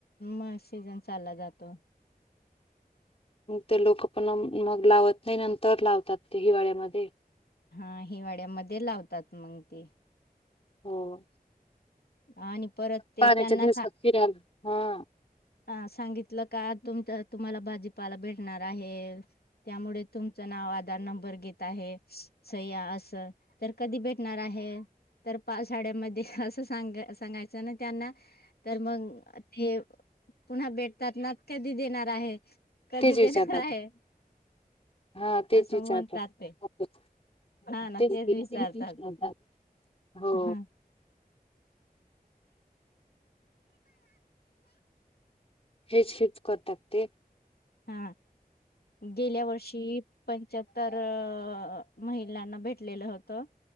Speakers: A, on the left; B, on the left.
A: मग सीजन चालला जातो.
B: ते लोक पण मग लावत नाही नंतर लावतात ते हिवाळ्यामध्ये.
A: हा हिवाळ्यामध्ये लावतात मंग ती.
B: हो.
A: आणि परत ते
B: पाण्याच्या
A: त्यांना
B: दिवसात फिरायला हा.
A: <inaudible> सांगितलं का तुमच. तुम्हाला भाजीपाला भेटणार आहे त्यामुळे तुमचं नाव आधार नंबर घेत आहे स्या अस तर कधी भेटणार आहे तर पाशाड्यामध्ये अस. सांग सांगायचं आणि त्यांना. तर मग ते. पुन्हा भेटतात नात कधी देणार आहे. कधी
B: तेच विचारतात
A: देणार आहे
B: हा तेच
A: असं
B: विचारतात
A: म्हणतात ते
B: तेच
A: हा ना
B: त
A: तेच विचारतात
B: हो
A: हा.
B: हेच हच करतकते
A: हा गेल्या वर्षी पंचार तर महिलांना भेटलेलं होतं